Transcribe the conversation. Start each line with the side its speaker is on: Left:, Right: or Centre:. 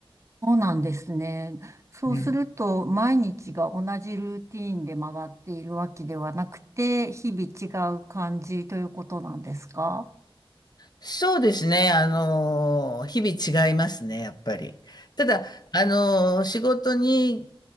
Right: そうなんですね。そうすると、
Left: ね
Right: 毎日が同じルーティーンで回っているわけではなくて、日々違う感じということなんですか
Left: そうですね。あの、日々違いますね、やっぱり。ただ、あの、仕事に、